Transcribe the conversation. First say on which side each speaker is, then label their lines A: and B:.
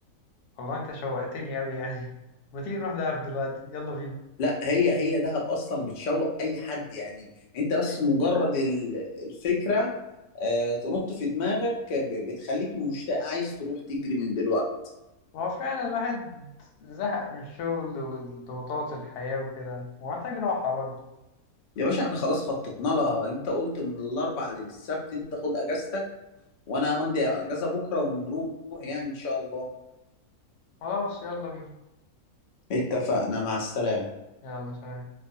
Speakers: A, on the left; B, on the left.
A: والله انت شوقتني اوي يعني <laughs> ما تيجي نروح دهب دلوقتي يلا بينا
B: لا هي هي دهب اصلا بتشوق اي حد يعني انت بس مجرد ال- الفكره آه، تنط في دماغك ب- بتخليك مشتاق عايز تروح تجري من دلوقتي
A: هو فعلا الواحد زهق من الشغل والضغوطات الحياة وكده ومحتاج راحة برضه
B: يا باشا احنا خلاص خططنا لها انت قلت من الاربع للسبت انت خد اجازتك وانا همضي اجازه بكره ونروح يعني ان شاء الله
A: خلاص يلا بينا
B: اتفقنا مع السلامه
A: يلا سلام